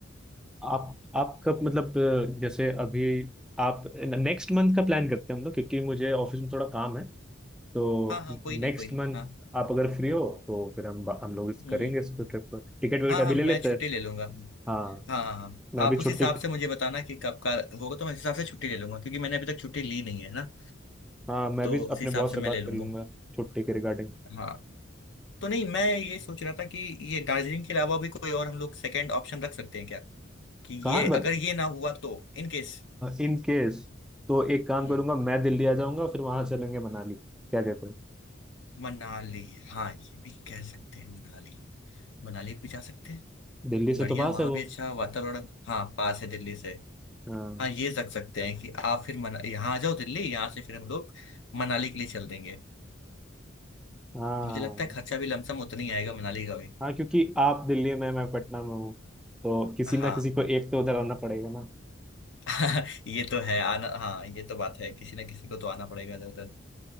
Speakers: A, in the centre; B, on the left.
A: आप आप कब मतलब अ, जैसे अभी आप नेक्स्ट मंथ का प्लान करते हैं हम लोग क्योंकि मुझे ऑफिस में थोड़ा काम है तो
B: हाँ हाँ
A: नेक्स्ट
B: कोई नहीं कोई नहीं
A: मंथ
B: हाँ
A: आप अगर फ्री हो तो फिर हम हम लोग इस
B: हम्म
A: करेंगे
B: हम्म।
A: इस ट्रिप पर टिकट विकेट
B: हाँ
A: अभी
B: हाँ
A: ले
B: मैं
A: लेते
B: छुट्टी
A: हैं
B: ले लूंगा
A: हाँ
B: हाँ हाँ हाँ
A: मैं
B: आप
A: भी छुट्टी
B: उस हिसाब से मुझे बताना कि कब का होगा तो मैं उस हिसाब से छुट्टी ले लूंगा क्योंकि मैंने अभी तक छुट्टी ली नहीं है ना
A: हाँ मैं
B: तो
A: भी
B: उस
A: अपने
B: हिसाब
A: बॉस
B: से
A: से
B: मैं
A: बात
B: ले लूंगा
A: कर लूंगा छुट्टी के रिगार्डिंग
B: हाँ तो नहीं मैं ये सोच रहा था कि ये दार्जिलिंग के अलावा भी कोई और हम लोग सेकंड ऑप्शन रख सकते हैं क्या कि
A: कहाँ
B: ये अगर ये ना हुआ तो इन केस
A: इन केस तो एक काम
B: हम्म
A: करूंगा मैं दिल्ली आ जाऊंगा फिर वहां चलेंगे मनाली क्या कहते हो
B: मनाली हाँ ये भी कह सकते हैं मनाली मनाली भी जा सकते हैं
A: दिल्ली से
B: बढ़िया
A: तो पास
B: वहां
A: है वो
B: भी अच्छा वातावरण हाँ पास है दिल्ली से
A: हाँ
B: हाँ ये रख सकते हैं कि आप फिर मना यहाँ आ जाओ दिल्ली यहाँ से फिर हम लोग मनाली के लिए चल देंगे
A: हाँ
B: मुझे लगता है खर्चा भी लमसम उतना ही आएगा मनाली का भी
A: हाँ क्योंकि आप दिल्ली में मैं पटना में हूँ तो किसी
B: हाँ
A: ना किसी को एक तो उधर आना पड़ेगा ना
B: <laughs> ये तो है आना हाँ ये तो बात है किसी ना किसी को तो आना पड़ेगा इधर उधर।